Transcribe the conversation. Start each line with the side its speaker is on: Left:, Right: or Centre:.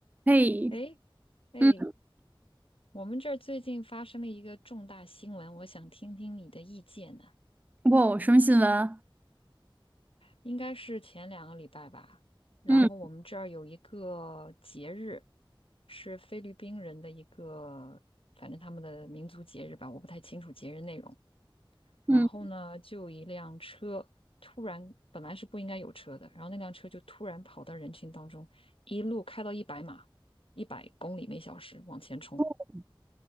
Right: 嘿，
Left: 哎哎，
Right: 嗯，
Left: 我们这儿最近发生了一个重大新闻，我想听听你的意见呢。
Right: 哇，什么新闻？
Left: 应该是前两个礼拜吧，然后我们这儿有一个节日，
Right: 嗯
Left: 是菲律宾人的一个，反正他们的民族节日吧，我不太清楚节日内容。然后呢，
Right: 嗯，
Left: 就有一辆车突然，本来是不应该有车的，然后那辆车就突然跑到人群当中，一路开到一百码，一百公里每小时往前冲，
Right: 哦